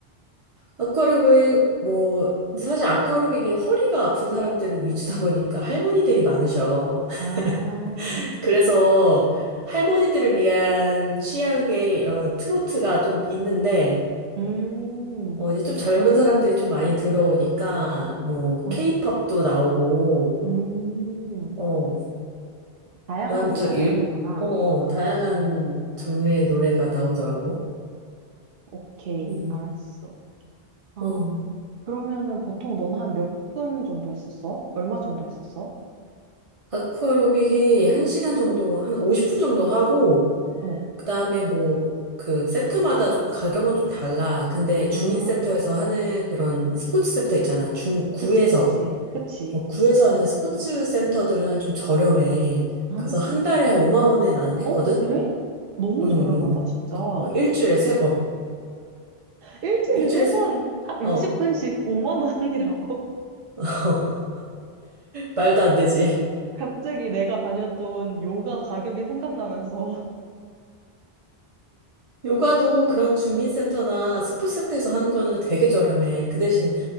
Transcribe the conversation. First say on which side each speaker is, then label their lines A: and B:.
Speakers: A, on the right; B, on the right.
A: 아쿠아로빅, 뭐, 근데 사실 아쿠아로빅이 허리가 아픈 사람들을 위주다 보니까 할머니들이 많으셔.
B: 아,
A: <laughs> 그래서 할머니들을 위한 취향의 이런 트로트가 좀 있는데,
B: 음,
A: 어, 이제 좀 젊은 사람들이 좀 많이 들어오니까, 뭐,
B: 어,
A: 케이팝도 나오고,
B: 음.
A: 어,
B: 다양한
A: 그다음
B: 노래를
A: 좀 일,
B: 하는구나.
A: 어, 어, 다양한 장르의 노래가 나오더라고.
B: 오케이,
A: 음.
B: 알았어. 아,
A: 어.
B: 그러면은 보통 넌 한 몇 분 정도 했었어? 얼마 정도 했었어?
A: 아쿠아로빅이 한 시간 정도, 한 50분 정도 하고,
B: 어,
A: 그다음에 뭐, 그 센터마다 좀 가격은 좀 달라. 근데 주민센터에서
B: 아,
A: 하는 그런 스포츠 센터 있잖아. 중, 구에서.
B: 그치, 그치. 그치.
A: 어, 구에서 하는 스포츠 센터들은 좀 저렴해.
B: 아,
A: 그래서 한 달에 한 5만 원에 나는 했거든?
B: 어, 그래? 너무
A: 응,
B: 저렴하다,
A: 응.
B: 진짜.
A: 어, 일주일에 세 번.
B: 일주일에
A: 일주일에
B: 세
A: 세,
B: 번, 한 50분씩
A: 어,
B: 5만 원이라고?
A: <laughs> 말도 안 되지.
B: 갑자기 내가 다녔던 요가 가격이 생각나면서.
A: 요가도 그런 주민센터나 스포츠센터에서 하는 거는 되게 저렴해. 그 대신,